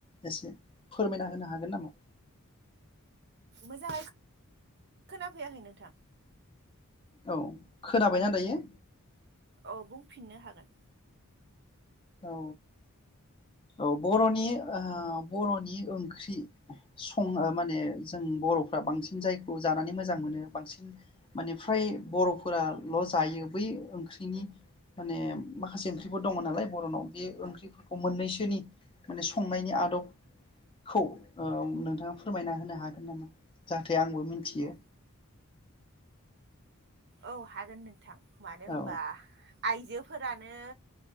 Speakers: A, on the left; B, on the right.
A: एसे फोरमायना होनो हागोन नामा?
B: मोजाङै खोनाफैयाखै नोंथां
A: औ खोनाबायना दायो?
B: अ बुंफिननो हागोन?
A: औ औ बर'नि बर'नि ओंख्रि सङ माने जों बर'फ्रा बांसिन जायखौ जानानै मोजां मोनो बांसिन माने फ्राय बर'फोराल' जायो बै ओंख्रिनि माने माखासे ओंख्रिफोर दङ नालाय नाव बे ओंख्रि खौ मोननैसोनि माने संनायनि आदब खौ नोंथाङा फोरमायना होनो हागोन नामा जाहाथे नाथाय आंबो मिथियो।
B: औ औ हागोन नोंथां। मानो
A: औ
B: होनबा आइजोफोरानो